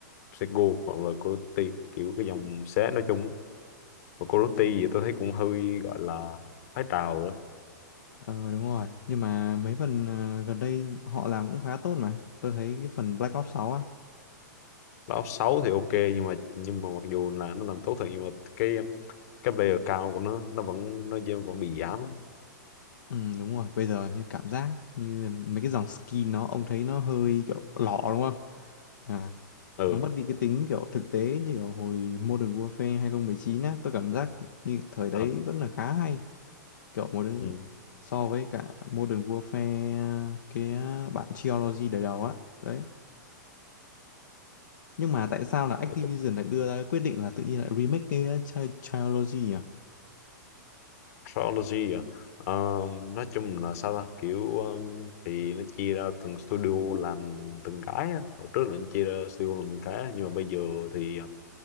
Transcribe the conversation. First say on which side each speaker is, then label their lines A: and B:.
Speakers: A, on the left; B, on the left.
A: Sego hoặc là Coyote kiểu cái dòng xé nói chung và Coyote thì tôi thấy cũng hơi gọi là thái trào đó
B: Ờ đúng rồi, nhưng mà mấy phần ờ, gần đây họ làm cũng khá tốt mà. Tôi thấy cái phần Black Ops sáu. á,
A: nó xấu thì ok nhưng mà nhưng mà mặc dù là nó làm tốt thật nhưng mà cái cái player cao của nó nó vẫn nó vẫn bị giảm á.
B: Ừ, đúng rồi, bây giờ như cảm giác như mấy cái dòng skin nó ông thấy nó hơi kiểu lọ đúng không? À,
A: ừ
B: nó mất đi cái tính kiểu thực tế như kiểu hồi Modern Warfare 2019 á, tôi cảm giác như thời đấy
A: Ờ.
B: vẫn là khá hay. Kiểu một
A: ừ,
B: so với cả Modern Warfare cái à, bản Trilogy đời đầu á, đấy. Nhưng mà tại sao là Activision
A: ừ.
B: lại đưa ra cái quyết định là tự nhiên lại remake cái à, tri- Trilogy nhỉ?
A: Trilogy à? Ờ, nói chung là sao ta kiểu um, thì nó chia ra từng studio làm từng cái á. hồi trước là nó chia ra studio làm từng cái nhưng mà bây giờ thì ờ,